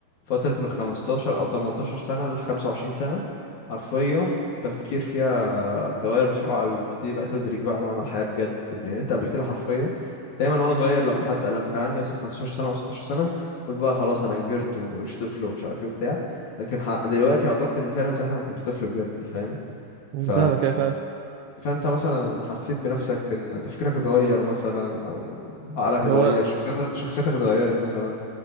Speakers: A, on the left (about 55°); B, on the right (about 80°).
A: فتره من 15 او 18 سنه ل 25 سنه حرفيا التفكير فيها بيتغير بسرعه قوي بتبتدي بقى تدرك بقى معنى الحياه بجد لان انت قبل كده حرفيا دايما وانا صغير لما حد لما كان عندي مثلا 15 سنه او 16 سنه قلت بقى خلاص انا كبرت ومبقتش طفل ومش عارف ايه وبتاع لكن ح- دلوقتي ادركت ان فعلا ساعتها انا كنت طفل بجد فاهم ف
B: فاهمك كده فاهم
A: فانت مثلا حسيت بنفسك ان تفكيرك اتغير مثلا او عقلك اتغير
B: هو
A: شخصيتك شخصيتك اتغيرت مثلا